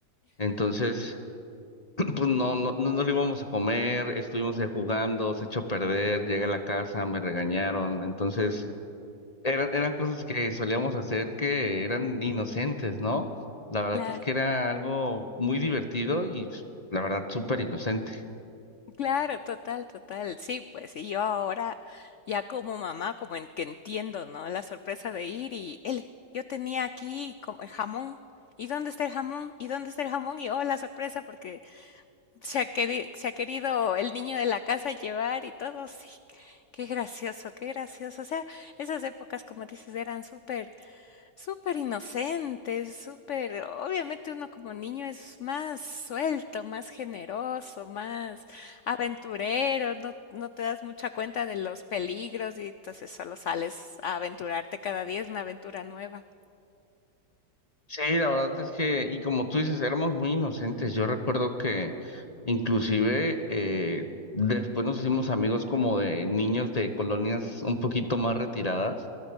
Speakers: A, on the left; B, on the left.
A: Entonces, <clears throat> pues no, no, no, no lo íbamos a comer, estuvimos ahí jugando, se echó a perder, llegué a la casa, me regañaron. Entonces, eran, eran cosas que solíamos hacer que eran inocentes, ¿no? La verdad
B: Claro.
A: es que era algo muy divertido y pues, la verdad súper inocente.
B: Claro, total, total. Sí, pues, y yo ahora ya como mamá, como en, que entiendo, ¿no? La sorpresa de ir y, él, yo tenía aquí como el jamón. ¿Y dónde está el jamón? ¿Y dónde está el jamón? Y oh, la sorpresa porque se ha querido, se ha querido el niño de la casa llevar y todo. Sí, qué gracioso, qué gracioso. O sea, esas épocas, como dices, eran súper Súper inocentes, súper, obviamente uno como niño es más suelto, más generoso, más aventurero, no, no te das mucha cuenta de los peligros y entonces solo sales a aventurarte cada día, es una aventura nueva.
A: Sí, la verdad es que, y como tú dices, éramos muy inocentes. Yo recuerdo que inclusive eh, después nos hicimos amigos como de niños de colonias un poquito más retiradas